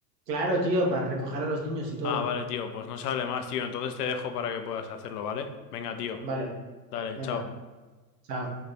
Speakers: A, on the right (about 70°); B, on the left (about 70°).
A: Claro, tío, para recoger a los niños y todo.
B: Ah, vale, tío, pues no se hable más, tío. Entonces te dejo para que puedas hacerlo, ¿vale? Venga, tío.
A: Vale,
B: Dale,
A: venga,
B: chao.
A: chao.